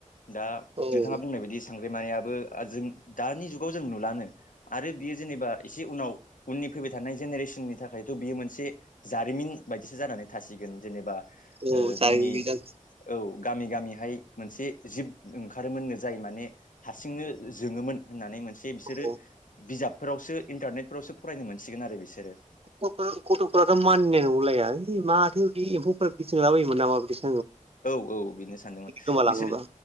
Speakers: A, on the left (about 85°); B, on the right (about 45°).
A: दा
B: औ
A: नोंथाङा बुंनाय बायदि सांग्रेमायाबो आ-जों दानि जुगाव जों नुलानो आरो बियो जेनेबा एसे उनाव उननि फैबाय थानाय जेनेरेसननि थाखाय थ' बियो मोनसे जारिमिन बायदिसो जानानै थासिगोन जेनेबा
B: औ
A: ओ
B: जायो
A: जोंनि
B: बिदां
A: औ गामि गामिहाय मोनसे जिब ओंखारोमोन जाय माने हारसिंनो जोङोमोन। होननानै मोनसे बिसोरो
B: औ
A: बिजाबफोरावसो इन्टारनेटफोरावसो फरायनो मोनसिगोन आरो बिसोरो
B: गथ' गथ'फोराथ' मानिनाय नंलाया ओइ माथो एम्फौफोरा बिरथिंलाबोयोमोन नामा बिदिनो
A: औ औ बेनो सानदोंमोन
B: गोमालाङोबा
A: बिसोर